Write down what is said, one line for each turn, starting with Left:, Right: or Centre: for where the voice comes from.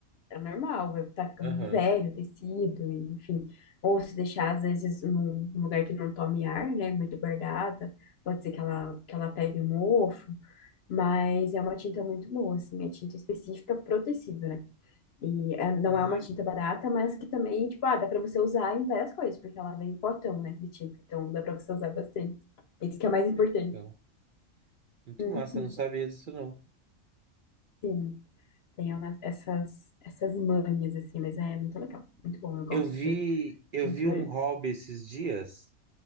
Left: É normal, é- tá ficando
Right: Aham.
Left: velho o tecido, e, enfim. Ou se deixar, às vezes, num num lugar que não tome ar, né? Muito guardada, pode ser que ela, que ela pegue um mofo. Mas é uma tinta muito boa, assim, é tinta específica pro tecido, né? E é- não
Right: Ah,
Left: é uma tinta barata, mas que também, tipo, ah, dá pra você usar em várias coisas, porque ela vem em potão, né, de tinta. Então dá pra você usar bastante. Isso que é o mais importante.
Right: que legal. Muito
Left: Uhum,
Right: massa, eu não sabia disso não.
Left: sim, tem uma- essas, essas manhas, assim, mas é muito legal. Muito bom, eu gosto
Right: Eu vi,
Left: da
Right: eu
Left: pintura.
Right: vi um hobby esses dias